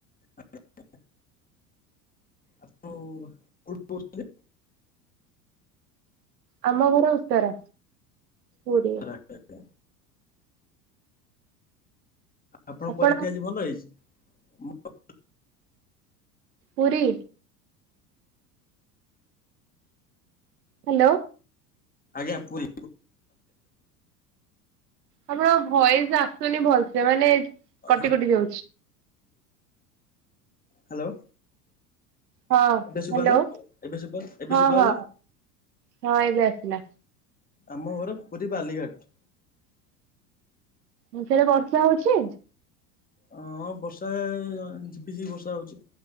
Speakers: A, on the left; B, on the right.
A: ଆଜ୍ଛ ଆପଣ କୋଉଠୁ କହୁଥିଲେ?
B: ଆମ ଘର ଉତ୍ତରା ପୁରୀ।
A: ଆଚ୍ଛା ଆଛା। ଆପଣଙ୍କ
B: ଆପଣ
A: ପରୀକ୍ଷା ଆଜି ଭଲ ହେଇଛି।
B: ପୁରୀ। ହ୍ୟାଲୋ।
A: ଆଜ୍ଞା ପୁରୀ
B: ତମର ଭଏସ ଆସୁନି ଭଲସେ ମାନେ କଟି
A: ହଁ
B: କଟି ଯାଉଛି
A: ହ୍ୟାଲୋ।
B: ହଁ
A: ଏବେ ଶୁଭ
B: ହ୍ୟାଲୋ
A: ଗଲା ଏବେ ସୁୁଭା ଗଲା ଏବେ
B: ହଁ
A: ସୁୁଭା
B: ହଁ
A: ଗଲା।
B: ହଁ ଏବେ ଆସିଲା
A: ଆମ ଘର ପୁରୀ ବାଲିଘାଟ।
B: ମୁଁ କହିଲି ସେରେ ବର୍ଷା ହଉଛି।
A: ହଁ ବର୍ଷା ଝିପିଝିପି ବର୍ଷା ହଉଛି